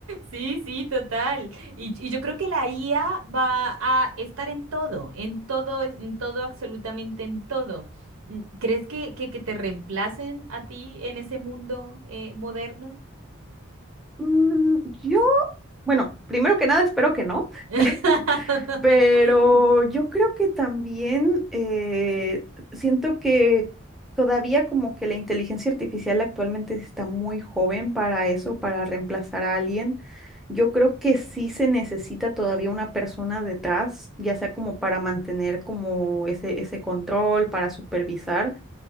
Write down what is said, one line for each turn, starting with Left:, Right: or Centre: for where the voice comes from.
Right: Sí, sí, total. Y, y yo creo que la IA va a estar en todo, en todo, en todo, absolutamente en todo. Mm, ¿Crees que, que, que te reemplacen a ti en ese mundo eh, moderno?
Centre: Mm, yo, bueno, primero que nada espero que no.
Right: <laughs>
Centre: <laughs> Pero yo creo que también eh, siento que todavía como que la inteligencia artificial actualmente está muy joven para eso,
Right: Ujú,
Centre: para reemplazar a alguien. Yo creo que sí se necesita todavía una persona detrás, ya sea como para mantener como ese, ese control, para supervisar.